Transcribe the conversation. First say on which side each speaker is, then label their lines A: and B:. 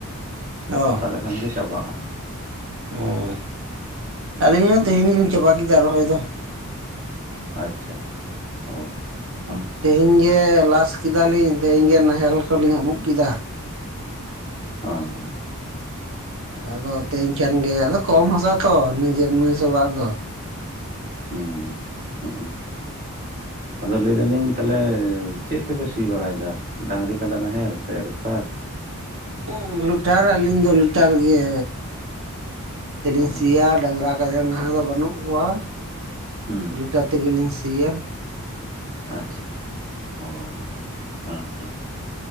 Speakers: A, on the right; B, on the right.
A: ᱚ᱾
B: ᱮᱲᱮ ᱠᱷᱟᱱᱜ ᱜᱮ ᱪᱟᱵᱟᱜᱼᱟ᱾
A: ᱩᱸ ᱟᱹᱞᱤᱧ
B: ᱦᱩᱸ
A: ᱦᱚᱸ ᱛᱮᱦᱮᱧ ᱜᱮᱞᱤᱧ ᱪᱟᱵᱟ ᱠᱮᱫᱟ ᱨᱚᱦᱚᱭ ᱫᱚ᱾
B: ᱟᱪᱪᱷᱟ᱾ ᱚ ᱦᱮᱸ
A: ᱛᱮᱦᱮᱧ ᱜᱮ ᱞᱟᱥ ᱠᱮᱫᱟᱞᱤᱧ ᱛᱮᱦᱮᱧ ᱜᱮ ᱱᱟᱦᱮᱞ ᱠᱚᱞᱤᱧ ᱟᱵᱩᱜ ᱠᱮᱫᱟ᱾
B: ᱚ ᱦᱟᱸ᱾
A: ᱟᱫᱚ ᱛᱮᱦᱮᱧ ᱠᱷᱟᱱᱜᱮ ᱟᱫᱚ ᱠᱚᱢ ᱦᱟᱥᱟ ᱛᱚ ᱱᱤᱡᱮ ᱥᱚᱵᱟᱜ ᱫᱚ‌᱾
B: ᱦᱩᱸ ᱩᱸᱦ᱾ ᱟᱫᱚ ᱞᱟᱹᱭ ᱫᱟᱞᱤᱧ ᱛᱟᱦᱚᱞᱮ ᱪᱮᱫ ᱛᱮᱯᱮ ᱥᱤ ᱵᱟᱲᱟᱭᱮᱫᱟ? ᱰᱟᱸᱝᱨᱤ ᱠᱟᱰᱟ ᱱᱟᱦᱮᱞ ᱥᱮ ᱨᱩᱴᱟᱨ?
A: ᱦᱩᱸ, ᱞᱩᱴᱟᱨ ᱟᱹᱞᱤᱧ ᱫᱚ ᱞᱩᱴᱟᱨ ᱜᱮ᱾ ᱛᱮ ᱞᱤᱧ
B: ᱚ
A: ᱥᱤᱭᱟ ᱰᱟᱸᱝᱨᱟ ᱠᱟᱡᱟ ᱱᱟᱦᱟᱜ ᱫᱚ ᱵᱟᱹᱱᱩᱜ ᱠᱚᱣᱟ᱾
B: ᱦᱩᱸ
A: ᱨᱩᱴᱟᱨ ᱛᱮᱜᱮ ᱞᱤᱧ ᱥᱤᱭᱟ᱾
B: ᱟᱪᱪᱷᱟ᱾ ᱚ ᱦᱮᱸ ᱦᱮᱸ